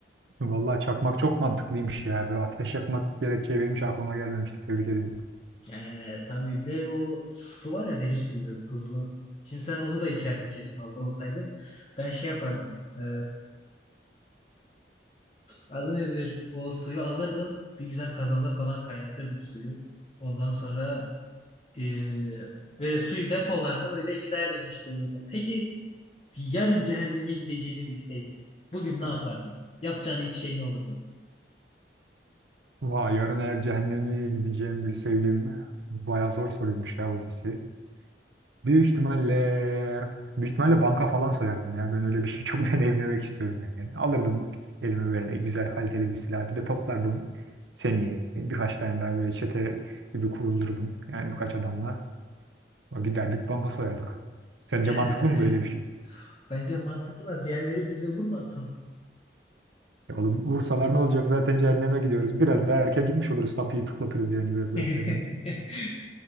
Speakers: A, on the right; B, on the left.
A: Vallahi çakmak çok mantıklıymış ya. Böyle ateş yakmak gerekçeyi benim hiç aklıma gelmemişti. Tebrik ediyorum.
B: Ee, tabii bir de o su var ya deniz suyu tuzlu. Şimdi sen onu da içerdin kesin orada olsaydın. Ben şey yapardım. Ee, adı nedir? O suyu alırdım. Bir güzel kazanda falan kaynatırdım suyu. Ondan sonra ee, böyle suyu depolardım öyle giderdim işte. yolda. Peki bir yarın cehenneme gideceğini bilseydin. Bugün ne yapardın? Yapacağın ilk şey ne olurdu?
A: Vay yarın eğer cehenneme gideceğim bilseydim. Bayağı zor soruymuş ya Hulusi. Büyük ihtimalle büyük ihtimalle banka falan soyardım ya. Ben öyle bir şey çok <laughs> deneyimlemek istiyorum yani. Alırdım elime böyle güzel kaliteli bir silah. Bir de toplardım seni birkaç tane daha böyle çete gibi kurulurdum. Yani birkaç adamla giderdik banka soyardık. Sence
B: Ee,
A: mantıklı mı böyle bir şey?
B: <laughs> bence mantıklı da diğerleri bize vurmasın.
A: Ya oğlum vursalar ne olacak? Zaten cehenneme gidiyoruz. Biraz daha erken gitmiş oluruz. Kapıyı tıklatırız yani biraz
B: <laughs>
A: daha erkenden.